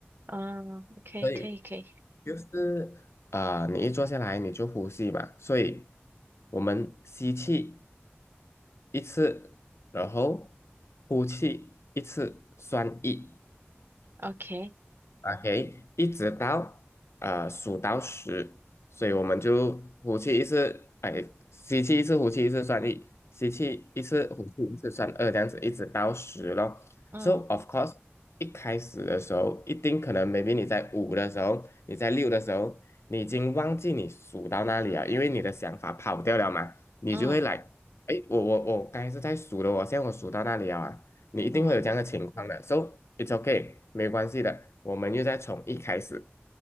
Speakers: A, on the right (about 55°); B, on the left (about 75°).
A: 嗯，OK，
B: 所以
A: 可以，可以
B: 就是啊，你一坐下来你就呼吸嘛，所以我们吸气一次，然后呼气一次，算一。
A: ，OK，OK，
B: OK，一直到呃数到十，所以我们就呼气一次，哎，吸气一次，呼气一次算一，吸气一次，呼气一次算二，这样子一直到十咯。
A: 嗯
B: So of course，一开始的时候，一定可能 maybe 你在五的时候，你在六的时候，你已经忘记你数到那里了，因为你的想法跑掉了嘛，你就会来，
A: 嗯
B: 哎，我我我刚才是在数的哦，我现在我数到那里了啊，你一定会有这样的情况的，so
A: 嗯
B: it's okay，没有关系的，我们又再从一开始